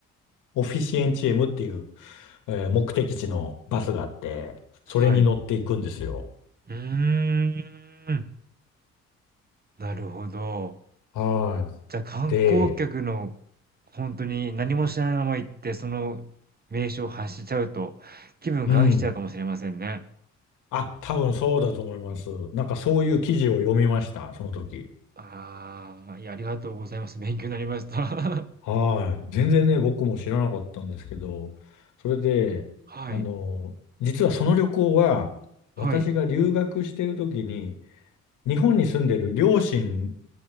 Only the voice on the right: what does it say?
はい。うーん。なるほど。
じゃ、観光客の
本当に何も知らないまま行って、その名所を発しちゃうと、気分害しちゃうかもしれませんね。
ああ、いや、ありがとうございます。勉強になりました。<laughs>
はい。
はい。